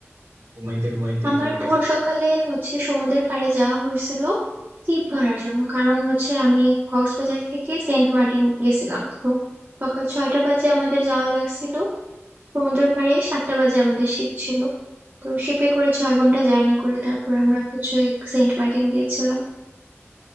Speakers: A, on the right; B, on the right.
A: ঘুমাইতে ঘুমাইতেই
B: আমার
A: চলে গেছে
B: ভোর সকালে হচ্ছে সমুদ্রের পাড়ে যাওয়া হয়েছিল ছিপ ধরার জন্য কারণ হচ্ছে আমি কক্সবাজার থেকে সেন্ট মার্টিন গেছিলাম তো সকাল ছয়টা বাজে আমাদের যাওয়া লাগছিল সমুদ্রের পাড়ে সাতটা বাজে আমাদের শিপ ছিল তো শিপে করে ছয় ঘন্টা জার্নি করে তারপর আমরা হচ্ছে সেন্ট মার্টিন গিয়েছিলাম